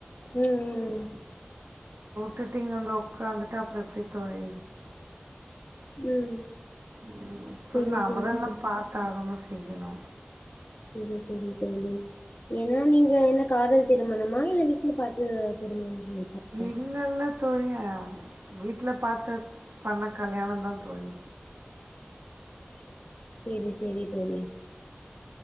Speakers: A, on the left; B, on the right.
A: ம் ம்
B: திடீங் வந்து ஒக்காந்துட்டா அப்றோ எப்டி தோழி
A: ம்
B: ம் க்ர்
A: செரி
B: நாமதா
A: செரி
B: எல்லா
A: தோ
B: பாத்தாகணு செய்யணு
A: செரி செரி தோழி ஏனா நீங்க எனக் காதல் திருமணமா இல்ல வீட்ல பாத்து திருமணமா பண்ணி வச்சாங்ளா
B: இல்லல்ல தோழி ஆம் வீட்ல பாத்துப் பண்ண கல்யாணந்தா தோழி
A: ஆஹ செரி செரி தோழி